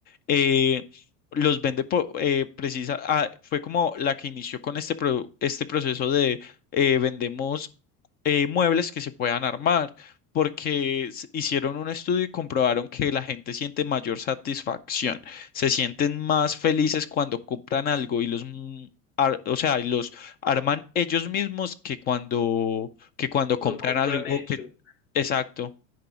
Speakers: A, on the left; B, on the left.
A: eh, los vende po- eh, precisa, ah, fue como la que inició con este, pro- este proceso de eh, vendemos eh, muebles que se puedan armar, porque s- hicieron un estudio y comprobaron que la gente siente mayor satisfacción, se sienten más felices cuando compran algo y los, mm, ar- o sea, y los arman ellos mismos que cuando, que cuando compran
B: Lo compran
A: algo
B: hecho.
A: que, exacto.